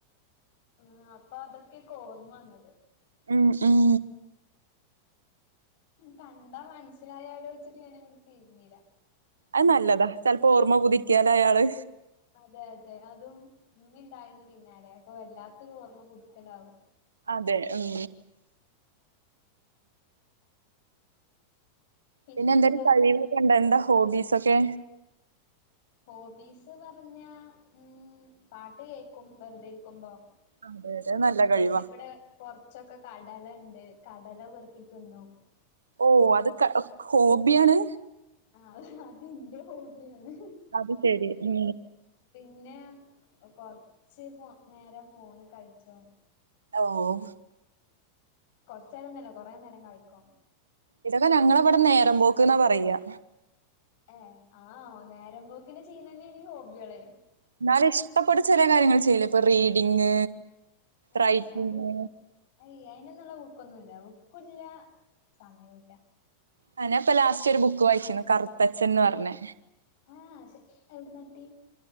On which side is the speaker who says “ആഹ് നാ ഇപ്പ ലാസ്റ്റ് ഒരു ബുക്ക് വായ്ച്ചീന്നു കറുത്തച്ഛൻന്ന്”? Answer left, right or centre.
Right